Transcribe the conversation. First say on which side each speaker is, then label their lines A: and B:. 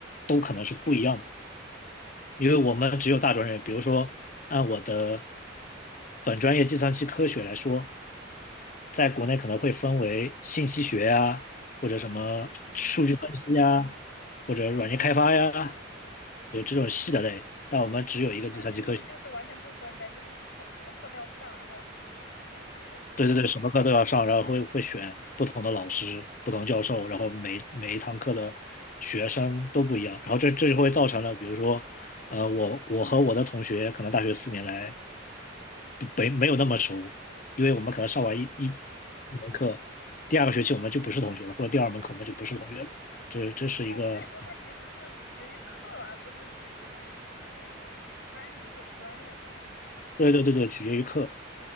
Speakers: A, on the left; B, on the left.
A: 都可能是不一样的，因为我们只有大专业。比如说，按我的本专业计算机科学来说，在国内可能会分为信息学呀，或者什么数据分析呀，
B: 嗯，
A: 或者软件开发呀，
B: 哦，
A: 有这种细的类。但我们只有一个计算机科学，
B: 但是你们就是完全不分呗，就是什什么课都要上，然后就是这种吗？
A: 对对对，什么课都要上，然后会会选不同的老师、不同教授，然后每每一堂课的学生都不一样，然后这这就会造成了，比如说，呃，我我和我的同学可能大学四年来不没没有那么熟，因为我们可能上完一一
B: 啊，
A: 一门课，第二个学期我们就不是同学了，或者第二门课我们就不是同学了，这这是一个。
B: 哦，所以说它其实是取决于课，而不是取决于就是班级或者专业这样吧，是吧？
A: 对对对对，取决于课。